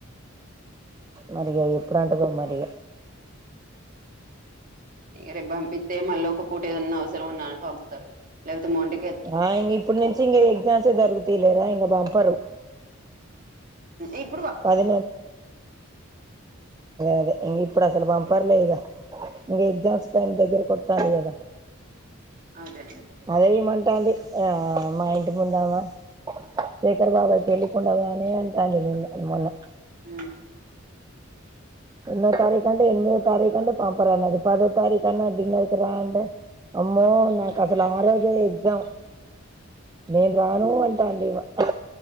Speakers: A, on the right; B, on the right.
A: మరిగా ఎప్పుడు అంటదో మరి
B: రేపు పంపిస్తే మళ్ళీ ఒక పూట ఏదన్నా అవసరం ఉన్నా అని పంపుతారు లేకపోతే మొండి
A: ఆ ఇంగ ఇప్పుడు నుంచి ఇంక ఎగ్జామ్సే జరుగుతయిలేరా ఇంకా బంపరు
B: ఇప్
A: అదే అదే ఇ ఇప్పుడు అసలు పంపర్లే ఇద ఇంక ఎగ్జామ్స్ టైం దగ్గరికి వత్తాంది కదా
B: అదే
A: అదే ఈమంటాంది ఆ మా ఇంటి ముందామ శేఖర్ బాబాయ్ పెళ్ళికుండవా అని అంటాంది నిన్న మొన్న
B: హ్మ్
A: ఎన్నో తారీఖ అంటే ఎనిమిదో తారీఖంటే పం అప్పుడన్నది పదో తారీఖు అన్న డిన్నర్కి రా అంటే అమ్మో నాకు అసలు ఆరోజే ఎగ్జామ్ నేన్ రాను అంటాంది‌ ఈమె అదే